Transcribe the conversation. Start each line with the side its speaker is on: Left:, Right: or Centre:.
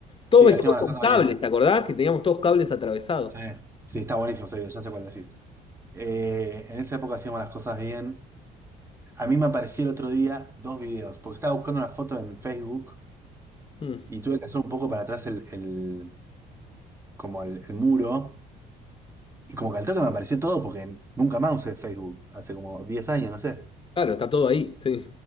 Left: Todos
Right: Sí,
Left: vestidos
Right: hacíamos
Left: con
Right: las cosas
Left: cables,
Right: bien.
Left: ¿te acordás? Que teníamos todos cables atravesados.
Right: Sí, sí, está buenísimo, sí, ya sé cuál decís. Eh, en esa época hacíamos las cosas bien. A mí me apareció el otro día dos videos, porque estaba buscando una foto en Facebook
Left: Hmm.
Right: y tuve que hacer un poco para atrás el, el- como el, el muro. Y como que al toque me apareció todo porque nunca más usé Facebook, hace como 10 años, no sé,
Left: Claro, está todo ahí, sí.